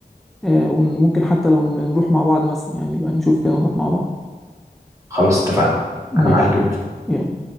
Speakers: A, in the centre; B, on the right.
A: آه، وممكن حتى لو نروح مع بعض مثلا يعني يبقى نشوف كده نروح مع بعض
B: خلاص اتفقنا
A: ماشي
B: انا معاك جدا
A: يلا يلا